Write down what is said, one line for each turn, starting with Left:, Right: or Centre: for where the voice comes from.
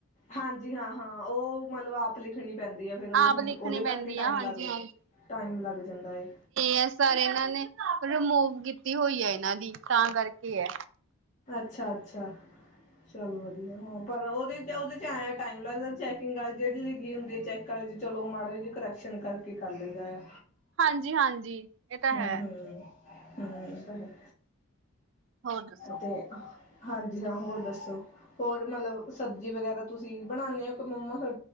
Left: ਹਾਂਜੀ, ਹਾਂ। ਹਾਂ, ਉਹ ਮਤਲਬ ਆਪ ਲਿਖਣੀ ਪੈਂਦੀ ਆ, ਫੇਰ ਉਹ
Right: ਆਪ
Left: ਹੁਣ
Right: ਲਿਖਣੀ
Left: ਉਹਦੇ ਕਰਕੇ
Right: ਪੈਂਦੀ ਆ
Left: ਟਾਈਮ
Right: ਹਾਂਜੀ
Left: ਲੱਗ-
Right: ਹਾਂਜੀ
Left: ਟਾਈਮ ਲੱਗ ਜਾਂਦਾ ਏ।
Right: ਐਸ ਆਰ ਇਹਨਾਂ ਨੇ ਰਿਮੂਵ ਕੀਤੀ ਹੋਈ ਹੈ ਇਹਨਾਂ ਦੀ। ਤਾਂ ਕਰਕੇ ਐ,
Left: ਅੱਛਾ-ਅੱਛਾ, ਚਲੋ ਵਧੀਆ ਹਾਂ, ਪਰ ਉਹਦੇ ਚ- ਉਹਦੇ ਚ ਆਇਆ ਟਾਈਮ ਲੱਗਦਾ ਚੈਕਿੰਗ ਆਲੇ ਜਿਹੜੀ ਲੱਗੀ ਹੁੰਦੀ ਆ ਚੈੱਕ ਵਾਲੇ ਚਲੋ ਮਾੜਾ ਜਿਹੀ ਕਰੈਕਸ਼ਨ ਕਰਕੇ ਕਰ ਲਈਦਾ ਆ।
Right: ਹਾਂਜੀ- ਹਾਂਜੀ। ਇਹ ਤਾਂ
Left: ਹੂੰ-
Right: ਹੈ
Left: ਹੂੰ। ਹੂੰ, ਇਹ ਤਾਂ ਹੈ।
Right: ਹੋਰ ਦੱਸੋ?
Left: ਤੇ, <unintelligible> ਹਾਂਜੀ, ਹਾਂ ਹੋਰ ਦੱਸੋ, ਹੋਰ ਮਤਲਬ ਸਬਜ਼ੀ ਵਗੈਰਾ ਤੁਸੀਂ ਬਣਾਉਨੇ ਔ ਕ ਮੰਮਾ ਤੁ-